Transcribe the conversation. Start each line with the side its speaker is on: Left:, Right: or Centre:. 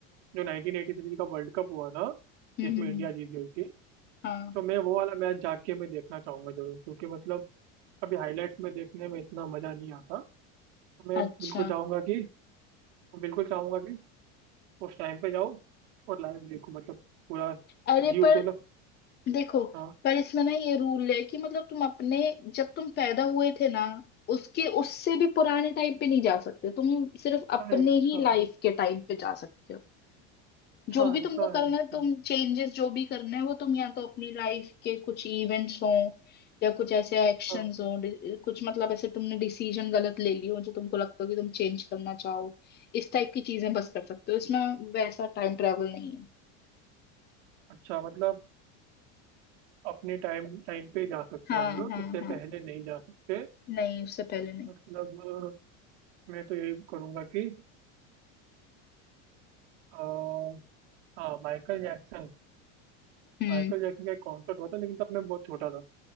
Right: जो 1983 का वर्ल्ड कप हुआ था
Left: हम्म
Right: जिसमें
Left: हम्म
Right: इंडिया
Left: हम्म,
Right: जीत गई थी
Left: हाँ
Right: तो मैं वो वाला मैच जाके मैं देखना चाहूंगा जरूर क्योंकि मतलब अभी हाईलाइट्स में देखने में इतना मजा नहीं आता तो मैं
Left: अच्छा
Right: बिल्कुल चाहूंगा कि बिल्कुल चाहूंगा कि उस टाइम पे जाओ और लाइव देखो मतलब पूरा
Left: अरे
Right: जीव
Left: पर
Right: के मतलब
Left: देखो
Right: हाँ,
Left: पर इसमें ना ये रूल है कि मतलब तुम अपने जब तुम पैदा हुए थे ना उसके उससे भी पुराने टाइम पे नहीं जा सकते तुम सिर्फ अपने
Right: अरे अच्छा
Left: ही लाइफ के टाइम पे जा सकते हो
Right: अच्छा
Left: जो भी तुमको
Right: ऐसा
Left: करना
Right: है अच्छा
Left: है तुम चेंजेस जो भी करना है वो तुम या तो अपनी लाइफ के कुछ इवेंट्स हों या कुछ ऐसे एक्शंस
Right: हाँ
Left: हों डि- कुछ मतलब ऐसे तुमने डिसीजन गलत ले ली हो जो तुमको लगता हो कि तुम चेंज करना चाहो इस टाइप की चीजें बस कर सकते हो इसमें वैसा टाइम ट्रेवल नहीं है
Right: अच्छा मतलब अपने टाइम टाइम पे ही जा सकते
Left: हाँ
Right: हैं हम लोग
Left: हाँ
Right: उससे
Left: हाँ
Right: पहले नहीं जा सकते
Left: नहीं उससे पहले नहीं
Right: मतलब अ, मैं तो यही करूँगा कि अ, हाँ माइकल जैक्सन
Left: हम्म
Right: माइकल जैक्सन का एक कॉन्सर्ट हुआ था लेकिन तब मैं बहुत छोटा था